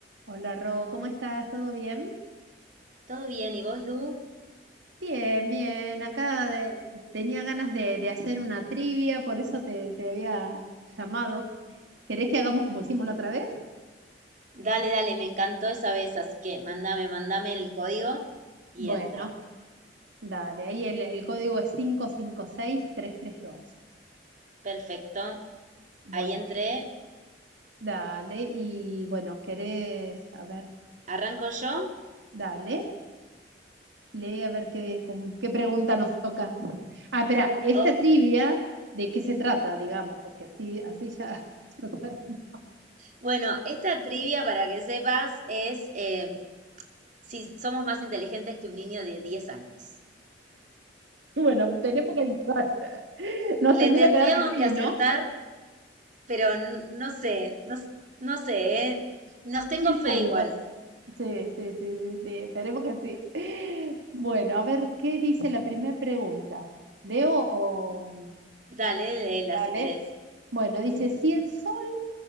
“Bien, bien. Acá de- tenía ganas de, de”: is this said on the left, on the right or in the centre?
Right